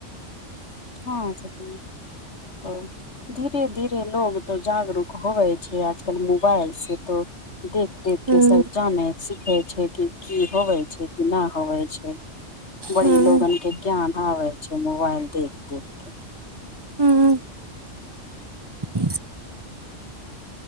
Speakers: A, on the left (about 65°); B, on the right (about 20°).
A: हँ सखी तो धीरे धीरे लोग तो जगरूक होवै छै आज कल मोबाइल से तो देख देख
B: हूँ
A: के सब जानै सिखे छै कि की होवै छै कि न होवै छै। बड़ी
B: हूँ
A: लोगनके ज्ञान आबै छै मोबाइल देख देख के
B: हुँ <inaudible>